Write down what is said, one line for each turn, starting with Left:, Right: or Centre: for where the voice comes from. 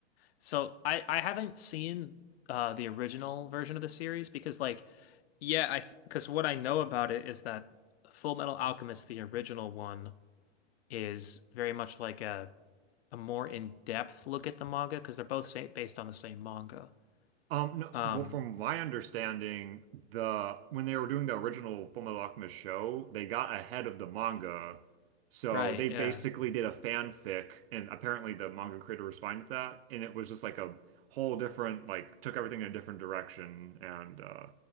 Left: So I I haven't seen uh the original version of the series because like yeah, I because what I know about it is that Full Metal Alchemist, the original one, is very much like a a more in-depth look at the manga because they're both sa based on the same manga.
Right: Um, no,
Left: Um,
Right: well, from my understanding, the when they were doing the original Fullmetal Alchemist show, they got ahead of the manga, so
Left: right,
Right: they
Left: yeah.
Right: basically did a fanfic, and apparently the manga creator was fine with that, and it was just like a whole different, like took everything in a different direction, and uh,